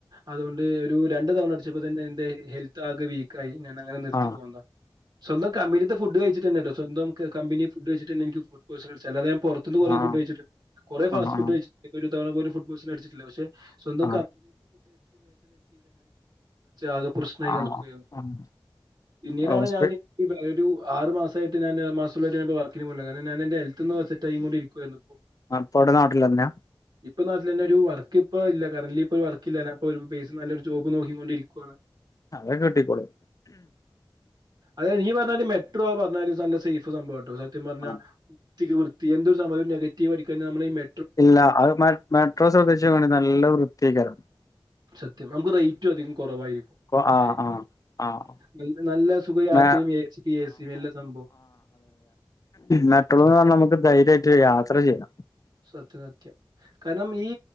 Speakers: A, on the right; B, on the left.
A: അതുകൊണ്ട് ഒരു രണ്ട് തവണ അടിച്ചപ്പോ തന്നെ എന്റെ ഹെൽത്ത് ആകെ വീക്കായി ഞാനങ്ങനെ നിർത്തി
B: ആഹ്
A: പോന്നതാ. സ്വന്തം കമ്പനിത്തെ ഫുഡ് കഴിച്ചിട്ട ന്നെ ട്ടൊ സ്വന്തം കമ്പനി ഫുഡ് കഴിച്ചിട്ടെന്നെ എനിക്ക് ഫുഡ് പോയി സൺ അടിച്ചത് അല്ലാതെ പൊറത്ത്ന്ന് കൊറേ
B: ആഹ്
A: ഫുഡ് കഴിച്ചിട്ട്ണ്ട് കൊറേ ഫാസ്റ്റ്
B: ആഹ് ആഹ്
A: ഫുഡ് കഴിച്ചിട്ടുണ്ട് ഒരു തവണ പോലും ഫുഡ് പോയിസൺ അടിച്ചിട്ടില്ല. പഷേ സ്വന്ത
B: ആഹ്
A: ആകെ പ്രശ്നായിങ്ങനെ
B: ആഹ്
A: നിക്കായിരുന്നു.
B: ആഹ്
A: പിന്നീടാണ്
B: ഹോസ്പി
A: ഞാൻ ഒരു ആറ് മാസായിട്ട് ഞാന് മാസം <unintelligible> വർക്കിന് പോണില്ല കാരണം ഞാനെന്റെ ഹെൽത്ത്ന്ന് സെറ്റായികൊണ്ടിരി ക്കുവായിന്നു.
B: ആഹ് ഇപ്പോടെ നാട്ടിലെന്യ
A: ഇപ്പൊ നാട്ടിലെന്നെ ഒരു വർക്ക്‌ ഇപ്പൊ ഇല്ല കരൻലി ഇപ്പൊ വർക്ക്‌ ഇല്ല ഞാൻ പ്പൊ രു പേസും നല്ലൊരു ജോബും നോക്കിംകൊണ്ടിരിക്കുവാ
B: അതക്കിട്ടിക്കോളും
A: അതെയ് നീ പറഞ്ഞാതിരി മെട്രോ പറഞ്ഞാല് നല്ല സേഫ് സംഭവാട്ടോ സത്യം പറഞ്ഞാൽ
B: ആഹ്
A: ത്തിക്ക് വൃത്തി എന്തൊരു സംഭവോ നെഗറ്റീവടിക്ക നമ്മളെ മെ
B: ഇല്ല അത് മെട്രോശ്രദ്ധിച്ചോക്കണിം നല്ല വൃത്തിയെക്കാരം
A: സത്യം നമുക്ക് റേറ്റും അധികം കൊറവായിരിക്കും
B: കൊ
A: മെയിൻ
B: ആഹ്
A: ആയിട്ട്
B: ആഹ് ആഹ്
A: നല്ല നല്ല സുഖ യാത്രയും
B: മെ
A: എ സിക്ക് എസി നല്ല സംഭവം
B: മെട്രോ ന്ന് പറഞ്ഞമ്മക്ക് ധൈര്യായിട്ട് യാത്ര ചെയ്യാ
A: സത്യം സത്യം കാരണം ഈ